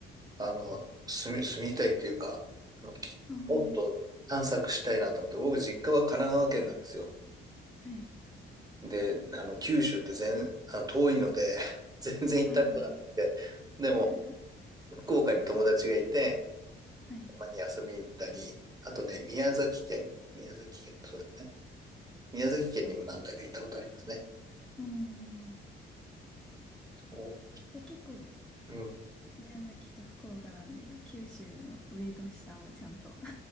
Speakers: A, on the right; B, in the centre.
A: あの、住み、住みたいっていうか、あの、きもっと探索したいなと思って、
B: ああ、
A: 僕実家は神奈川県なんですよ。
B: はい。
A: で、あの、九州って全、あの、遠いので、<laughs> 全然行ったことがなくて、
B: ああ、
A: でも、
B: <laughs>
A: 福岡に友達がいて、
B: はい。
A: たまに遊びに行ったり、あとね、宮崎県、宮崎県、そうだね。宮崎県にも何回か行ったことありますね。
B: うん。
A: そう
B: で、結構、
A: うん
B: 宮崎と福岡なんで、九州の上と下をちゃんと。<laughs>